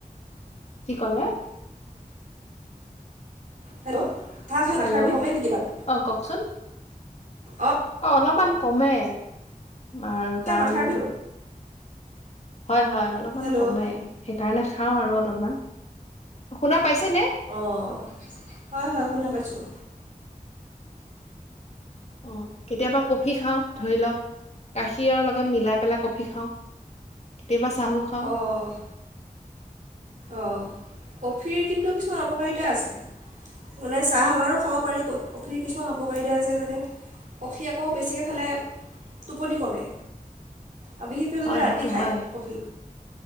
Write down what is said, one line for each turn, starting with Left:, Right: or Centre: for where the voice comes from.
Left: কি কলে
Right: হেল্ল' চাহ খালে
Left: হেল্ল'
Right: মাথাৰ বিষ কমে নেকি বাৰু
Left: অ কওকচোন
Right: অঁ
Left: অ অলপমান কমে আ
Right: খালে
Left: কাৰণ
Right: মাথাৰ বিষ
Left: হয় হয় অলপমান
Right: হেল্ল'
Left: কমে সেইকাৰণে খাওঁ আৰু অলপমান। শুনা পাইছে নে
Right: অঁ। শুনা পাইছেনে? হয় হয় শুনা পাইছোঁ
Left: অ কেতিয়াবা কফি খাওঁ ধৰি লওক গাখীৰৰ লগত মিলাই পেলাই কফি খাওঁ কেতিয়াবা চাঁহো খাওঁ
Right: অঁ অঁ কফিৰ কিন্তু কিছুমান অপকাৰিতা আছে মানে চাঁহ সাবাৰো খাব পাৰি কফিৰ কিছুমান অপকাৰিতা আছে মানে কফি আকৌ বেছিকৈ খালে টোপনি কমে অ বিশেষকৈ
Left: হয়,
Right: যদি ৰাতি
Left: সেইটো
Right: খায়
Left: হয়,
Right: কফি